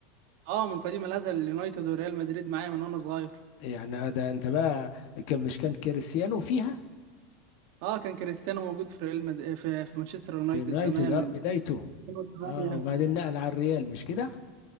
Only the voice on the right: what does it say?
اه من قديم الازل اليونايتد وريال مدريد معايا من وانا صغير
اه كان كريستيانو موجود في ريال مد... في في مانشستر يونايتد
زمان
من
2008